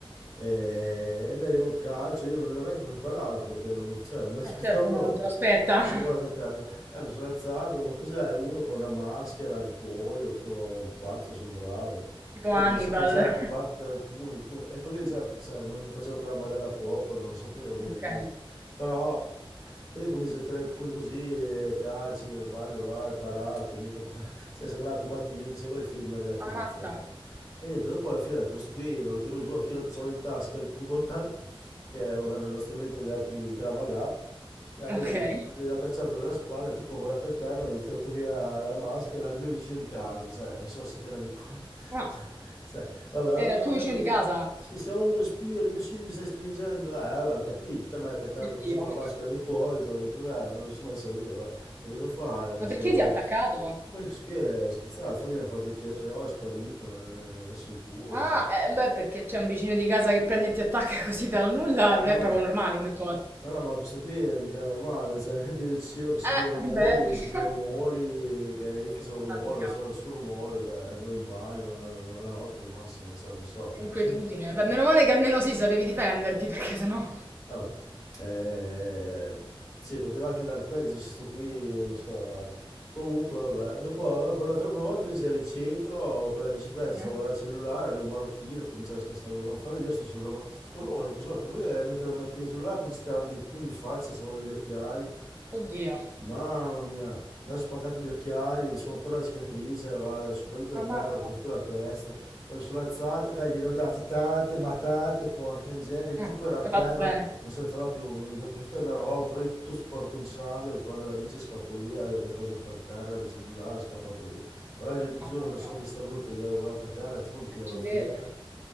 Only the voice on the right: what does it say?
eh, certo,
uno non se lo aspetta,
<laughs>
tipo
Hannibal.
Ok,
ammazza.
Ok.
Ah,
era
il tuo vicino
di casa.
Oddio,
ma
perché
ti ha attaccato?
Ah,
eh, beh, perché c'è un vicino di casa che prende e ti attacca <laughs> così dal nulla,
non
è proprio
normale come cosa.
Eh,
beh,
<laughs>
mamma
mia,
che
inquietudine. Beh, meno male che almeno sì, sapevi difenderti, perché sennò...
Mm.
Oddio,
ammazza.
Mm,
Hai
fatto bene.
Mamma
mia,
eh, ci
credo.